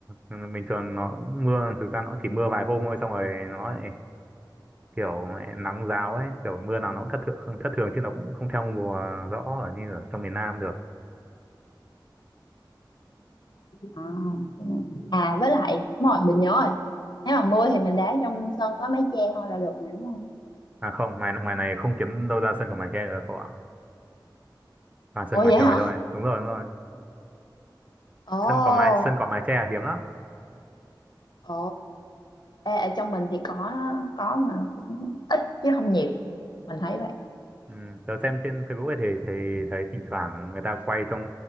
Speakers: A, on the right; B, on the left.
A: Ừ, bình thường nó mưa thực ra nó chỉ mưa vài hôm thôi xong rồi nó lại kiểu nắng giáo ấy kiểu mưa nào nó cũng thất thường không thất thường chứ nó cũng không theo mùa rõ ở như ở trong miền Nam được
B: À, cái này. à với lại đúng rồi mình nhớ rồi. Nếu mà mưa thì mình đá trong sân có mái che thôi là được mà đúng không?
A: à không ngoài ngoài này không kiếm đâu ra sân cỏ mái che được cậu ạ toàn sân
B: Ủa
A: ngoài
B: vậy
A: trời
B: hả?
A: thôi đúng rồi đúng rồi
B: Ồ,
A: sân cỏ mái sân cỏ mái che là hiếm lắm
B: ồ. Ê, ở trong mình thì có có mà cũng ít chứ không nhiều. Mình thấy vậy.
A: ừ, tớ xem trên Facebook ấy thì thì thấy thỉnh thoảng người ta quay trong